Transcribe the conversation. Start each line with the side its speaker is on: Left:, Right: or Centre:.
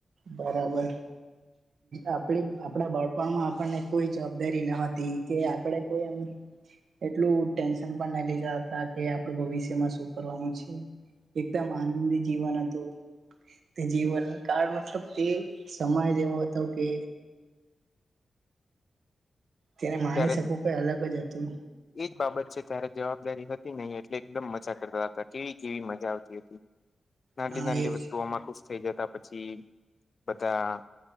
Right: બરાબર આપડી આપ બળપણમાં આપણને કોઈ જવાબદારી ન હતી કે આપણે કોઈ એમ એટલું ટેન આપડ ભવિષ્યમાં શ કરવાનું છે. એકદમ આનંદી જીવન હતું તે જીવન કાળ મતલબ તે સમાજ એવો હતો કે તેને માણી
Left: ત્યારે
Right: શકવું કઈ અલગ જ હતું
Left: એજ બાબત છે ત્યારે જવાબદારી હતી નહી એટલે એકદમ મજા કરતા હતા કેવી કેવી મજા આવતી હતી નાલી
Right: હા
Left: નાલી
Right: એજ
Left: વસ્તુઓમાં ખુશ થઈ જતા પછી બધા